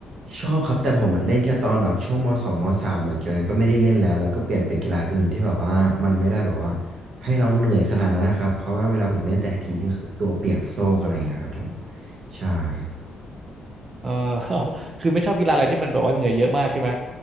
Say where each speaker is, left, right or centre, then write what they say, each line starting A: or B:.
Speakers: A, on the right (about 60°); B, on the right (about 40°).
A: ชอบครับแต่ผมอะเล่นแค่ตอนแบบช่วงมสองมสามหลังจากนั้นก็ไม่ได้เล่นแล้วแล้วก็เปลี่ยนไปกีฬาอื่นที่แบบว่ามันไม่ได้แบบว่าให้เราเหนื่อยขนาดนั้นนะครับเพราะว่าเวลาผมเล่นแต่ทีก็คือตัวเปียกโซกอะไรอย่างเงี้ยครับผมใช่ครับ
B: เออ <laughs> คือไม่ชอบกีฬาอะไรที่มันแบบว่าเหงื่อเยอะมากใช่ไหม